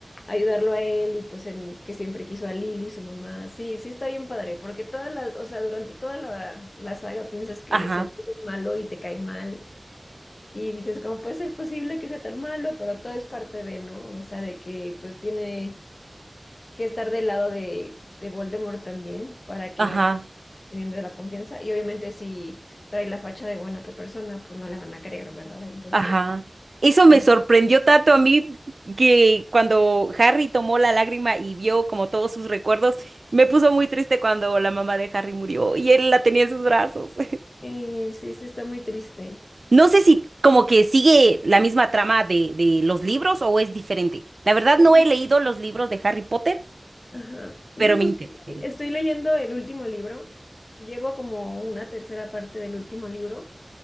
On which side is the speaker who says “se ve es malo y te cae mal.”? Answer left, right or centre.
Left